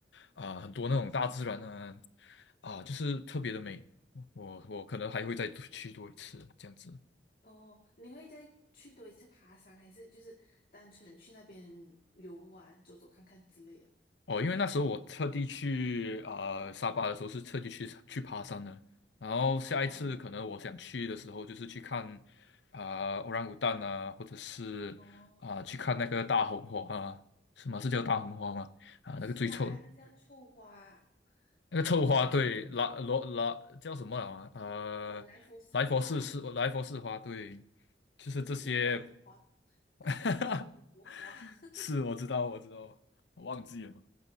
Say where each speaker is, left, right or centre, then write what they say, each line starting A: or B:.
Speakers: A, on the left; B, on the left.
A: 啊，很多那种大自然啊，啊，就是特别的美。我我可能还会再去多一次这样子。
B: 哦，你会再去多一次爬山，还是就是单纯去那边游玩、走走看看之类的？
A: 哦，因为那时候我特地去啊呃、沙巴的时候是特地去去爬山的，然后下一次可能我想去的时候就是去看
B: 哦
A: 啊、呃、o r a n g 啊，或者是啊、
B: 哦
A: 去看那个大红花啊，什么是叫大红花吗？
B: 哦，
A: 啊，
B: 不是啦，
A: 那个最臭的
B: 那个叫臭花，
A: 那个臭花，
B: 那个叫臭丝花，
A: 对，拉罗拉叫什么啊？呃，
B: 呃，莱佛士花，
A: 莱佛士是莱佛士花，对，就是这些，
B: 对，大红花，大红花是我们的国花。
A: <laughs>
B: <laughs>
A: 是我知道我知道，我忘记了。